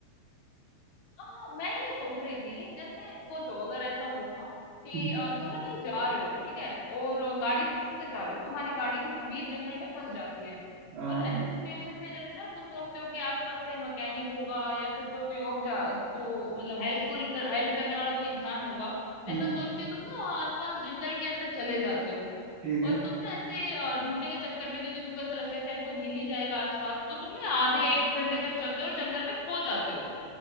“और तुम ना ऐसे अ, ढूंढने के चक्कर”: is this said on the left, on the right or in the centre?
Left